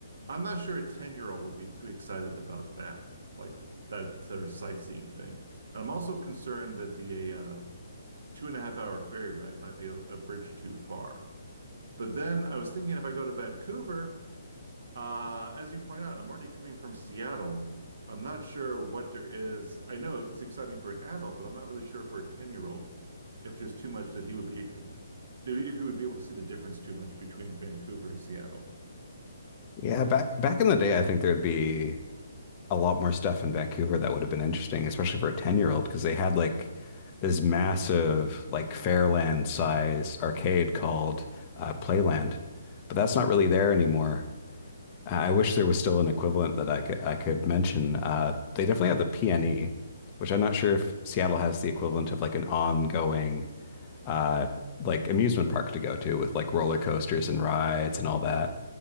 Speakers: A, on the right (about 55°); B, on the left (about 15°).
A: I'm not sure a 10-year-old would be too excited about that, like that sort of sightseeing thing. And I'm also concerned that the uh, two and a half hour ferry ride might be a, a bridge too far. But then I was thinking if I go to Vancouver, uh, as you point out, I'm already coming from Seattle. I'm not sure what there is. I know it's exciting for an adult, but I'm not really sure for a 10-year-old if there's too much that he would be, if he would be able to see the difference too much between Vancouver and Seattle.
B: Yeah, back back in the day, I think there'd be a lot more stuff in Vancouver that would have been interesting, especially for a 10-year-old, because they had like this massive, like Fairland size arcade called uh, Playland, but that's not really there anymore. I wish there was still an equivalent that I could I could mention. Uh, they definitely have the PNE, which I'm not sure if Seattle has the equivalent of like an ongoing uh, like amusement park to go to with like roller coasters and rides and all that.